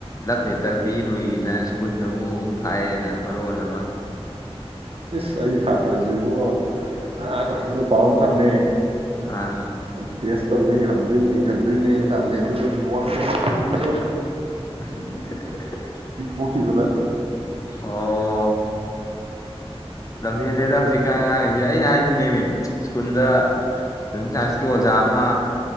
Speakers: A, on the left; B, on the right.
A: ꯂꯞ ꯂꯦꯇꯔ ꯄꯤꯔꯨꯏꯅ ꯏꯁꯄꯨꯟꯗꯕꯨ ꯐꯥꯏꯌꯦꯅ ꯃꯔꯣ ꯑꯃ
B: ꯏꯁ ꯑꯩ ꯁꯥꯇ꯭ꯔꯁꯨ ꯏꯕꯨꯡꯉꯣ ꯑ ꯀꯣꯏꯁꯟ ꯄꯥꯎ ꯊꯝꯃꯦ
A: ꯑꯥ
B: ꯑ ꯇꯦꯁ ꯇꯧꯕꯩ ꯍꯪꯗꯣꯏꯅꯦ ꯏ ꯍꯟꯗꯣꯏꯅꯦꯅ ꯊꯝꯃꯦ ꯑꯗꯨꯒ ꯅꫭꯁ ꯁꯦꯝ ꯂꯩꯔꯝꯃꯤꯅꯤꯅꯦ
A: ꯍꯤ ꯍꯤ ꯍꯦ ꯍꯦ ꯍꯦ
B: ꯄꯤꯊꫭꯛꯈꯤꯕꯗ
A: ꯑꯣ ꯂꯝꯍꯦꯜꯂꯦꯗ ꯍꯧꯖꯤꯛꯀꯥꯟ ꯑꯉꯥꯡꯁꯦ ꯑꯩꯅ ꯍꯥꯏꯁꯤꯅꯦꯃꯤ ꯁ꯭ꯀꯨꯜꯗ ꯁꫭꯁꯦꯜ ꯁꯥꯏꯟꯁꯀꯤ ꯑꯣꯖꯥ ꯃꯥ